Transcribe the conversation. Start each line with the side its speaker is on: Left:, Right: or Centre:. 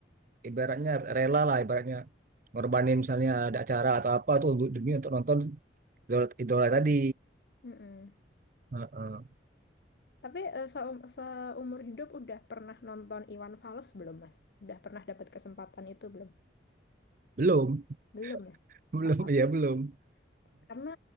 Right: ibaratnya rela lah, ibaratnya ngorbanin misalnya ada acara atau apa tuh untuk demi untuk nonton idola, idola tadi.
Left: Mm-mm.
Right: Heeh.
Left: Tapi eh, seum- seumur hidup udah pernah nonton Iwan Fals belum, Mas? Udah pernah dapat kesempatan itu belum?
Right: Belum,
Left: Belum ya?
Right: <laughs> belum
Left: Gak apa-apa.
Right: ya belum. <laughs>
Left: Karena